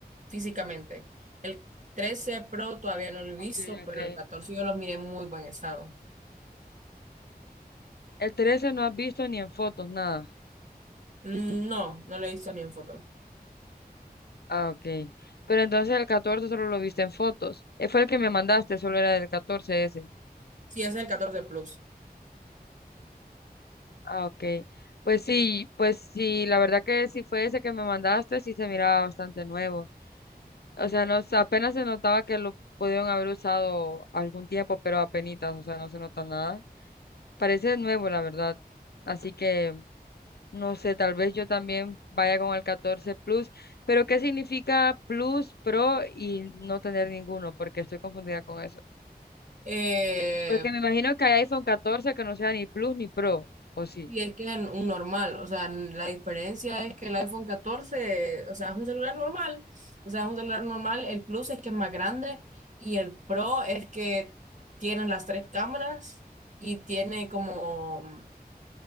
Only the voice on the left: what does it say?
Ok,
ok.
El 13 no has visto ni en fotos, nada.
Ah, ok. Pero entonces el 14 solo lo viste en fotos. Eh, Fue el que me mandaste, solo era del 14 ese.
Ah, ok. Pues sí, pues sí, la verdad que si fue ese que me mandaste, sí se miraba bastante nuevo. O sea, no, se- apenas se notaba que lo pudieron haber usado algún tiempo, pero apenitas, o sea, no se nota nada. Parece nuevo, la verdad. Así que, no sé, tal vez yo también vaya con el 14 Plus, pero ¿qué significa Plus, Pro y no tener ninguno? Porque estoy confundida con eso.
Porque me imagino que hay iPhone 14 que no sea ni Plus ni Pro, ¿o sí?